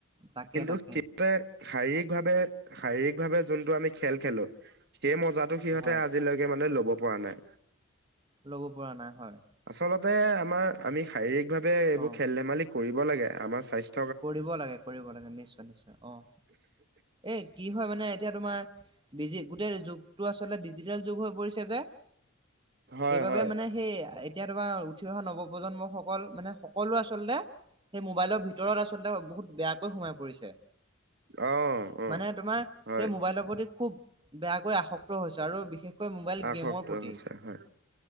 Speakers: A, on the right (about 25°); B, on the right (about 55°).
A: তাকে
B: কিন্তু।
A: তাকে
B: মানে শাৰীৰিক ভাৱে শাৰীৰিক ভাৱে যোনটো আমি খেল খেলো সেই মজাত। টো সিহঁতে
A: হয়
B: আজিলৈকে মানে ল'ব পৰা নাই।
A: ল'ব পৰা নাই হয়।
B: আচলতে আমাৰ আমি শাৰীৰিক ভাৱে এইবোৰ
A: অ
B: খেল ধেমালি কৰিব লাগে, আমাৰ স্বাস্থ্য।
A: কৰিব লাগে, কৰিব লাগে, নিশ্চয় নিশ্চয় অহ', এ কি হয় মানে এতিয়া তোমাৰ। ডিজি গোটেই যুগটো আচলতে ডিজিটেল যুগ হৈ পৰিছে যে,
B: হয়
A: সেইবাবে
B: হয়
A: মানে। সেই এতিয়া তোমাৰ উঠি অহা নৱপ্ৰজন্ম সকল মানে, সকলো আচলতে সেই মোবাইলৰ ভিতৰত। ভিতৰত আচলতে বহুত বেয়াকৈ সোমাই পৰিছে।
B: অ' অ'
A: মানে তোমাৰ
B: হয়
A: সেই মোবাইলৰ প্ৰতি খুব বেয়াকৈ আসক্ত হৈছে আৰু বিশেষ। কৈ মোবাইল
B: আসক্ত
A: গেমৰ প্ৰতি।
B: হৈছে হয়।